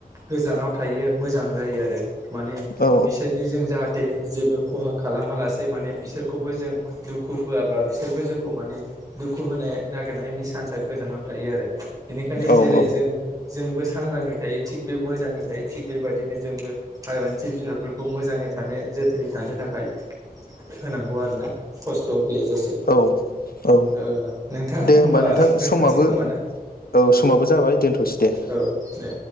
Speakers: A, on the right; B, on the left.
A: गोजानाव थायो मोजां जायो आरो माने
B: औ
A: बिसोरनि जों जाहाथे थे जेबो खहा खालामा लासे माने बिसोरखौबो जों दुखु होआबा बिसोरबो जोंखौ माने दुखु होनो नागिरनायनि सान्सआ गोजानाव थायो आरो। बेनिखायनो
B: औ
A: जेरै जों जोंबो सांग्राङै थायो थिग बे मोजाङै थायो थिग बेबाददिनो जोंबो हाग्रानि जिब जुनारफोरखौ मोजाङै थानो जोथोनै थानो थाखाय होनांगौ आरो ना खस्थ' गैयाजासे
B: औ औ
A: ओ नोंथां
B: दे
A: होमबा
B: होनबा नोंथां
A: दोनथ'नोसै
B: समाबो
A: खोमा ना
B: औ समाबो जाबाय दोनथ'सै दे।
A: औ दे